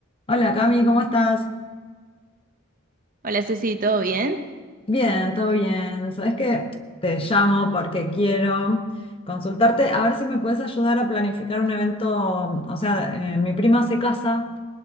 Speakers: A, on the left; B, on the right.
A: Hola Cami, ¿cómo estás?
B: Hola Ceci, ¿todo bien?
A: Bien, todo bien. Sabes que te llamo porque quiero consultarte a ver si me puedes ayudar a planificar un evento. O sea, eh, mi prima se casa